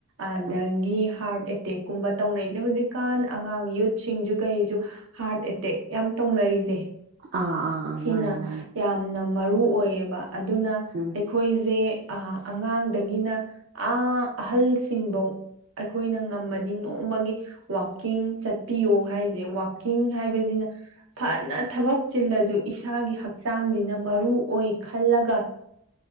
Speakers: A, on the right; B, on the right.
A: ꯑꯗꯒꯤ
B: ꯎꯝ
A: ꯇꯦꯛꯀꯨꯝꯕ ꯇꯧꯅꯩꯁꯦ ꯍꯧꯖꯤꯛꯀꯥꯟ ꯑꯉꯥꯡ ꯌꯨꯠꯁꯤꯡꯁꯨ ꯀꯔꯤꯁꯨ ꯍꯥꯔꯠ ꯑꯦꯇꯦꯛ ꯌꯥꯝ ꯇꯧꯅꯔꯤꯖꯦ
B: ꯑꯥ ꯑꯥ ꯑꯥ
A: ꯁꯤꯅ
B: ꯃꯥꯅꯦ ꯃꯥꯅꯦ
A: ꯌꯥꯝꯅ ꯃꯔꯨ ꯑꯣꯏꯌꯦꯕꯥ ꯑꯗꯨꯅ
B: ꯎꯝ
A: ꯑꯩꯈꯣꯏꯖꯦ ꯑꯍꯥ ꯑꯉꯥꯡꯗꯒꯤꯅ ꯑꯥ ꯑꯍꯜꯁꯤꯡꯐꯧ ꯑꯩꯈꯣꯏꯅ ꯉꯝꯃꯗꯤ ꯅꯣꯡꯃꯒꯤ ꯋꯥꯛꯀꯤꯡ ꯆꯠꯄꯤꯌꯣ ꯍꯥꯏꯖꯦ ꯋꯥꯛꯀꯤꯡ ꯍꯥꯏꯕꯁꯤꯅ ꯐꯅ ꯊꯕꯛ ꯆꯤꯜꯂꯁꯨ ꯏꯁꯥꯒꯤ ꯍꯛꯆꯥꯡꯁꯤꯅ ꯃꯔꯨ ꯑꯣꯏ ꯈꯜꯂꯒ